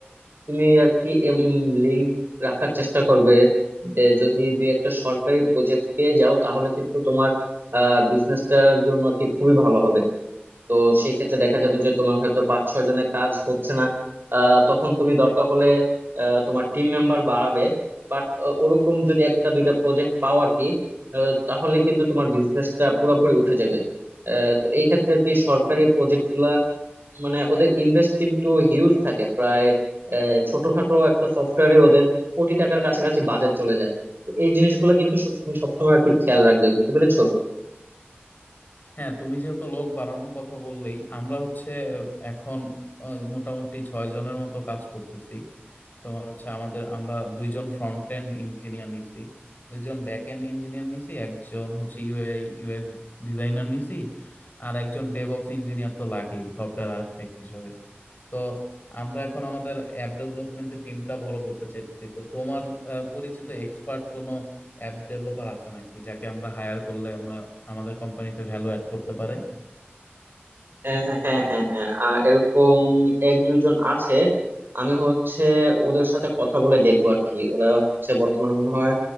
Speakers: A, on the right; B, on the left.
A: তুমি আর কি লিঙ্ক রাখার চেষ্টা করবে যে যদি দুই একটা সরকারি প্রজেক্ট পেয়ে যাও তাহলে কিন্তু তোমার বিজনেসটার জন্য আর কি খুবই ভালো হবে তো সেই ক্ষেত্রে দেখা যাবে যে তোমার হয়তো পাঁচ ছয় জনের কাজ হচ্ছে না আহ, তখন তুমি দরকার হলে আহ, তোমার টিম মেম্বার বাড়াবে বাট ওরকম যদি একটা দুইটা প্রজেক্ট পাও আর কি আহ, তাহলে কিন্তু তোমার বিজনেসটা পুরোপুরি উঠে যাবে আহ, তো এই ক্ষেত্রে আর কি সরকারি প্রজেক্ট গুলা মানে ওদের ইনভেস্ট কিন্তু হিউজ থাকে প্রায় আহ, ছোটখাটো একটা সফটওয়্যারে ওদের কোটি টাকার কাছাকাছি বাজেট চলে যায় তো এই জিনিসগুলো কিন্তু সব- তুমি সবসময় আর কি খেয়াল রাখবে বুঝতে পেরেছো
B: হ্যাঁ তুমি যেহেতু লোক বাড়ানোর কথা বললেই আমরা হচ্ছে আহ, এখন আহ, মোটামুটি ছয় জনের মতো কাজ করতেছি তোমার হচ্ছে আমাদের আমরা দুইজন ফ্রন্ট এন্ড ইঞ্জিনিয়ার নিছি দুইজন ব্যাক এন্ড ইঞ্জিনিয়ার নিছি একজন হচ্ছে ইউআই ইউএক্স ডিজাইনার নিছি আর একজন ডেভঅপস ইঞ্জিনিয়ার তো লাগেই সফটওয়্যার আর্কিটেক্ট হিসেবে তো আমরা এখন আমাদের অ্যাপ ডেভেলপমেন্টের টিমটা বড় করতে চাইতেছি তো তোমার আহ, পরিচিত এক্সপার্ট কোনো অ্যাপ ডেভেলপার আছে নাকি যাকে আমরা হায়ার করলে আমরা আমাদের কোম্পানিতে ভ্যালু অ্যাড করতে পারে
A: হ্যাঁ হ্যাঁ হ্যাঁ হ্যাঁ আর এরকম এক দুইজন আছে আমি হচ্ছে ওদের সাথে কথা বলে দেখবো আর কি ওরা হচ্ছে বর্তমানে মনে হয়